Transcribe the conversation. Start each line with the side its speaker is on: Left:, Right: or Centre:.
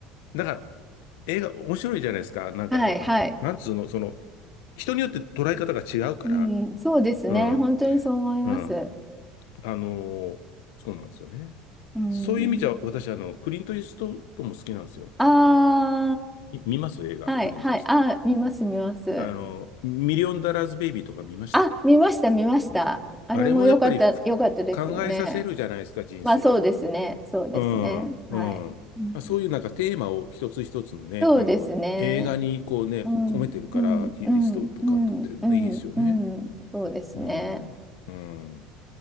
Left: だから、映画面白いじゃないですか。なんかほら、
Centre: はい、はい。
Left: なんつうの、その、人によって捉え方が違うから、
Centre: うん、そうですね、
Left: うん、
Centre: 本当にそう思います。
Left: うん。あのーそうなんですよね。
Centre: うん、
Left: そういう意味じゃ、私、あの、クリント・イーストウッドも好きなんですよ。
Centre: あ
Left: い見ます映画、
Centre: あ、はい、
Left: クリント・
Centre: はい、
Left: イースト
Centre: あー、見ます、見ます。
Left: ウッド。あの、ミリオン・ダラーズ・ベイビーとか見ました
Centre: あ、見ました、見ました。あれも良かった、
Left: あれもやっぱりふ考えさせるじゃないですか、
Centre: 良かったですよね。
Left: 人生を。
Centre: まあ、そうですね、そうですね。
Left: うん、うん。
Centre: はい。うん
Left: あそういうなんかテーマを一つ一つのね、
Centre: そうですね。
Left: あの、映画にこうね、
Centre: うん、
Left: 込めてるから、
Centre: うん、
Left: イイーストウッド監督っていいですよね。
Centre: うん、うん、うん、うんそうですね。
Left: うん、うん、